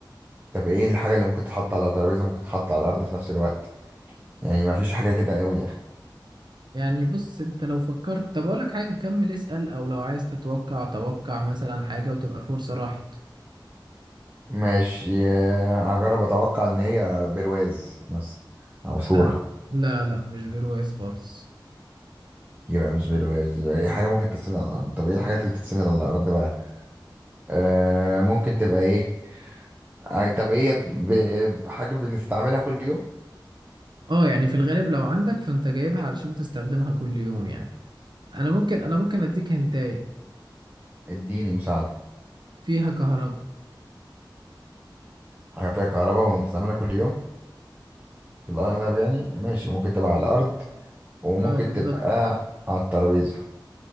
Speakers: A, on the right; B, on the right.
A: طب ايه الحاجه اللي ممكن تتحط على ترابيزه ممكن تتحط على الارض في نفس الوقت يعني ما فيش حاجه كده قوي يعني
B: يعني بص انت لو فكرت طب اقول لك حاجه كمل اسال او لو عايز تتوقع توقع مثلا حاجه وتبقى فرصه راحت
A: ماشي آه، هجرب اتوقع ان هي برواز مثلا او صوره
B: لا لا لا مش برواز خالص
A: يبقى مش برواز يبقى اي حاجه ممكن تتسند على الارض طب ايه الحاجات اللي بتتسند على الارض بقى آه ممكن تبقى ايه يعني طب هي ب- حاجة بنستعملها كل يوم
B: اه يعني في الغالب لو عندك فانت جايبها علشان تستخدمها كل يوم يعني انا ممكن انا ممكن اديك هنتايه
A: اديني مساعدة
B: فيها كهرباء
A: حاجة فيها كهرباء ونستعملها كل يوم في الأغلب يعني ماشي ممكن تبقى على الأرض وممكن
B: اه بالظبط
A: تبقى على الترابيزة